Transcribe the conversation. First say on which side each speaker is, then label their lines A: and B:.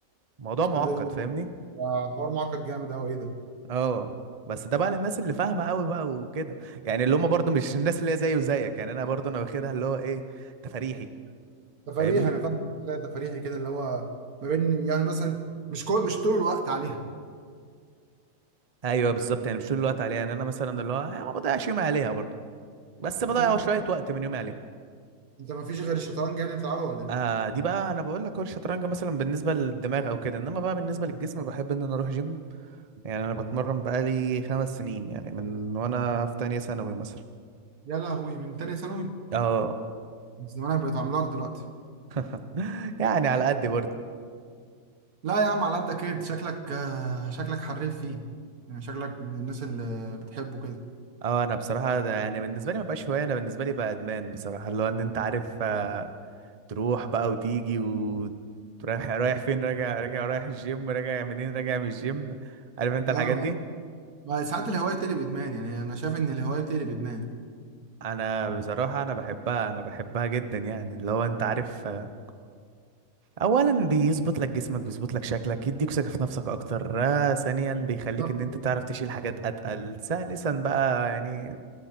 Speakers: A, on the right; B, on the right.
A: موضوع معقد
B: ده ده-
A: فاهمني
B: ده حوار معقد جامد قوي ايه ده
A: اه بس ده بقى للناس اللي فاهمة قوي بقى وكده يعني اللي هم برضو مش الناس اللي هي زي وزيك يعني انا برضو انا واخدها اللي هو ايه تفريحي
B: تفريحي
A: فاهمني
B: انا فاهم تفريحي كده اللي هو ما بين يعني مثلا مش كو... مش طول الوقت عليها
A: ايوه بالظبط يعني مش طول الوقت عليها يعني انا مثلا اللي هو آه، ما بضيعش يومي عليها برضه بس بضيع
B: انت انت
A: شويه وقت من يومي عليها
B: انت ما فيش غير الشطرنج يعني بتلعبه ولا ايه؟
A: آه دي بقى انا بقول لك هو الشطرنج مثلا بالنسبه للدماغ او كده انما بقى بالنسبه للجسم بحب ان انا اروح جيم يعني انا بتمرن بقالي خمس سنين يعني من وانا في تانية ثانوي مثلا
B: يا لهوي من تاني ثانوي
A: اه
B: زمانك بقيت عملاق دلوقتي
A: <laughs> يعني على قد برضه
B: لا يا عم على قدك كده شكلك آه، شكلك حريف فيه يعني شكلك من الناس اللي بتحبه كده
A: اه انا بصراحه ده يعني بالنسبه لي ما بقاش هوايه انا بالنسبه لي بقى ادمان بصراحه اللي هو ان انت عارف آه، تروح بقى وتيجي ورايح رايح فين راجع راجع رايح الجيم راجع منين راجع من الجيم عارف انت الحاجات
B: اه
A: دي
B: ما ساعات الهواية بتقلب ادمان يعني انا شايف ان الهواية بتقلب ادمان
A: انا بصراحة انا بحبها انا بحبها جدا يعني اللي هو انت عارف آه، اولا بيظبط لك جسمك بيظبط لك شكلك يديك ثقة في نفسك اكتر آه، ثانيا بيخليك
B: بالظبط
A: ان انت تعرف تشيل حاجات اتقل ثالثا بقى يعني